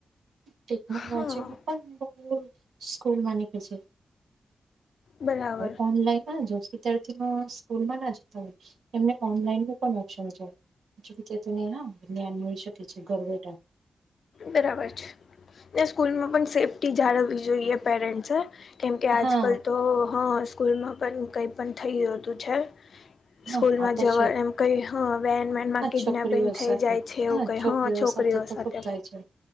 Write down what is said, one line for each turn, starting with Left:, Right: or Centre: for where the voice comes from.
Right: ટેકનોલોજીમાં
Left: હા
Right: પણ બ સ્કૂલ <inaudible> ખે છે
Left: બરાબર
Right: હ ઑનલાન હ જો વિધાર્થી ન <inaudible> ના જતા હોય એમને ઓનલાઈન નો પણ ઓપ્શન છે જેમ કે <unintelligible> શકી છે ઘર વેટા
Left: બરાબર છે ને સ્કૂલમાં પણ સેફ્ટી જાળવવી જોઈએ પેરેન્ટસે કેમકે આજ
Right: હા,
Left: કલ તો હા સ્કૂલમાં પણ કઈ પણ થઈ જતું છે.
Right: હા
Left: સ્કૂલ
Right: આ
Left: માં
Right: તો
Left: જવા
Right: છે જ
Left: એમ કઈ હ વેન મે
Right: હા
Left: કિડનેપિંગ
Right: છોકરીઓ
Left: થઈ
Right: સાથે
Left: જાય છે એવું
Right: હા
Left: કઈ હ છોકરીઓ
Right: તો
Left: સાથે
Right: ખુબ થાય છે.